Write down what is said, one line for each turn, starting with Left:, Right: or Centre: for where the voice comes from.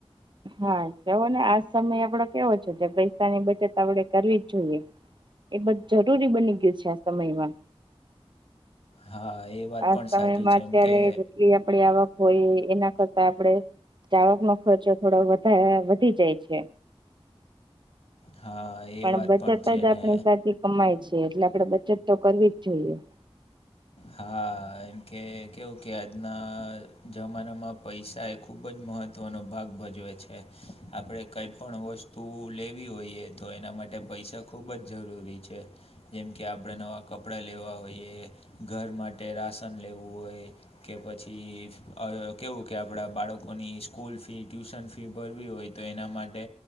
Right: હા જવો ને આ સમયે આપડો કેવો છે જે પૈસાની બચત આપડે કરવી જ જોઈએ. એ બધું જરૂરી બની ગયું છે આ સમયમાં
Left: હા એ વાત
Right: આ
Left: પણ
Right: સમયમાં
Left: સાચી છે
Right: અત્યારે
Left: એમ કે
Right: જેટલી આપડી આવક હોય એના કરતા આપડે ચાવાક નો ખર્ચો થોડો વધારે વધી જાય છે.
Left: હા. એ
Right: પણ
Left: વાત
Right: બચત
Left: છે
Right: જ આપણી
Left: ને
Right: સાથે કમાય છે એટલે આપણેે બચત તો કરવી જ જોઈએ. હ.
Left: હા એમ કે કેવું કે આજના જમાનામાં પૈસા એક ખૂબ જ મહત્ત્વનો ભાગ ભજવે છે આપણે કંઈ પણ વસ્તુ લેવી હોઈએ. તો એના માટે પૈસા ખૂબ જ જરૂરી છે. જેમ કે આપણે નવા કપડાં લેવા હોઈએ ઘર માટે રાશન લેવું હોય. કે પછી કેવું કે આપણા બાળકોની સ્કૂલ ફી ટ્યુશન ફી ભરવી હોય. તો એના માટે